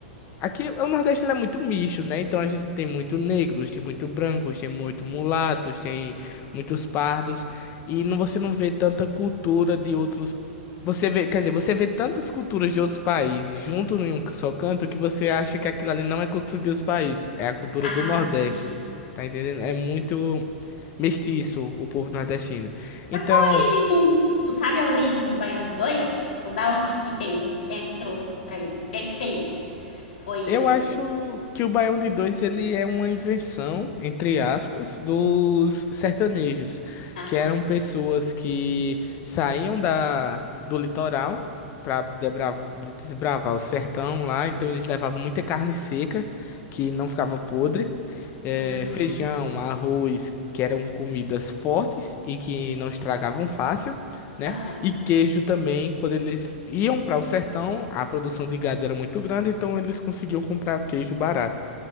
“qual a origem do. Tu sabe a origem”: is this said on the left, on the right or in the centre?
Left